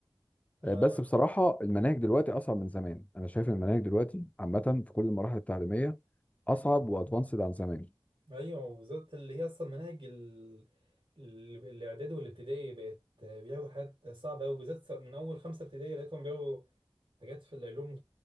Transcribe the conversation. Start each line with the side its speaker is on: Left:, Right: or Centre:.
Right: آه
Left: آه، بس بصراحه المناهج دلوقتي اصعب من زمان انا شايف إن المناهج دلوقتي عامه في كل المراحل التعليميه اصعب وادفانسد عن زمان
Right: ايوه وبالذات اللي هي اصلا مناهج ال... ال- الاعدادي والابتدائي بقت بياخدوا حاجات صعبه قوي بالذات من اول خمسه ابتدائي لقيتهم بياخدوا حاجات في العلوم